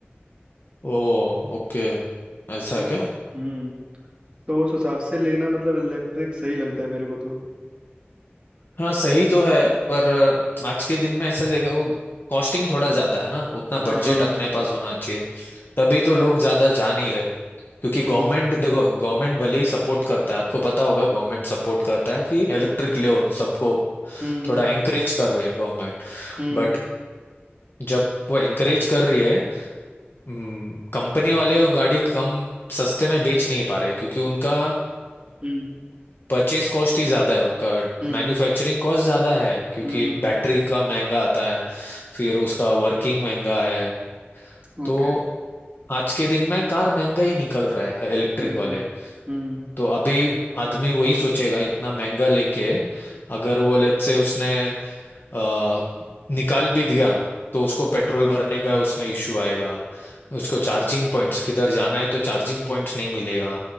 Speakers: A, on the left (about 55°); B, on the right (about 25°).
A: ओ ओके ऐसा
B: तो
A: है क्या
B: हम्म तो उस हिसाब से लेना मतलब इलेक्ट्रिक सही लगता है मेरे को तो
A: हाँ सही तो है पर अ, आज के दिन में ऐसा जगह वो कॉस्टिंग थोड़ा ज्यादा है ना उतना
B: हाँ
A: बजट अपने पास होना चाहिए तभी तो लोग ज्यादा जा नहीं रहे क्योंकि
B: हम्म
A: गवर्नमेंट देखो गवर्नमेंट भले ही सपोर्ट करता है आपको पता होगा गवर्नमेंट सपोर्ट करता है कि इलेक्ट्रिक ले सबको
B: हम्म
A: थोड़ा एंकरेज कर रहे हैं गवर्नमेंट
B: हम्म
A: बट जब वो एंकरेज कर रही है हम्म, कंपनी वाले वो गाड़ी कम सस्ते में बेच नहीं पा रहे क्योंकि उनका
B: हम्म
A: परचेस कॉस्ट ही ज़्यादा है उनका
B: हम्म
A: मैन्युफैक्चरिंग कॉस्ट ज़्यादा है क्योंकि
B: हम्म
A: बैटरी का महंगा आता है फिर उसका वर्किंग महंगा है
B: ओके
A: तो आज के दिन में कार महंगा ही निकल रहा है इलेक्ट्रिक
B: हम्म
A: वाले
B: हम्म
A: तो अभी आदमी वही सोचेगा इतना महंगा लेके अगर वो लेट से उसने अ, निकाल भी दिया तो उसको पेट्रोल भरने का उसमें इश्यू आएगा उसको चार्जिंग पॉइंट्स किधर जाना है तो चार्जिंग पॉइंट्स नहीं मिलेगा